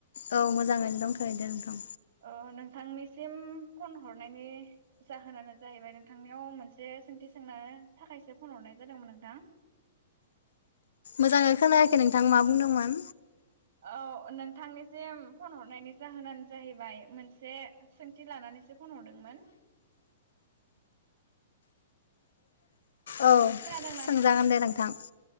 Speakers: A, on the left; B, on the right.
A: औ मोजाङैनो दंथयो नोंथां
B: औ नोंथांनिसिम फन हरनायनि जाहोनानो जाहैबाय नोंथांनियाव मोनसे सोंथि सोंनो थाखायसो फन हरनाय जादोंमोन नोंथां
A: मोजाङै खोनायाखै नोंथां मा बुंदोंमोन?
B: ओ नोंथांनिसिम फन हरनायनि जाहोनानो जाहैबाय मोनसे सोंथि लानानैसो फन हरदोंमोन
A: औ
B: खोनादोंना
A: सोंजागोन
B: नोंथां
A: दे नोंथां